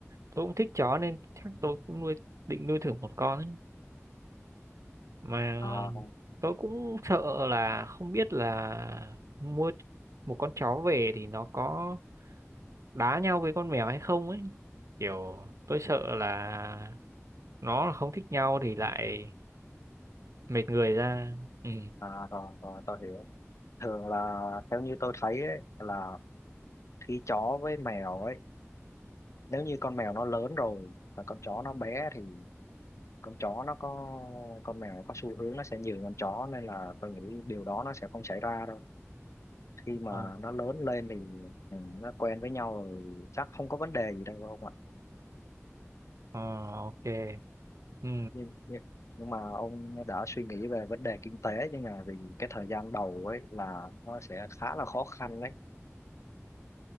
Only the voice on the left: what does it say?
à,
À, rồi, rồi, tôi hiểu. Thường là theo như tôi thấy ấy, là khi chó với mèo ấy, nếu như con mèo nó lớn rồi và con chó nó bé thì con chó nó có con mèo nó có xu hướng nó sẽ nhường con chó nên là tôi nghĩ điều đó nó sẽ không xảy ra đâu. Khi mà
nó lớn lên thì ừ, nó quen với nhau rồi chắc không có vấn đề gì đâu không ạ?
Nhưng, nhưng nhưng mà ông đã suy nghĩ về vấn đề kinh tế nhưng mà vì cái thời gian đầu ấy là nó sẽ khá là khó khăn đấy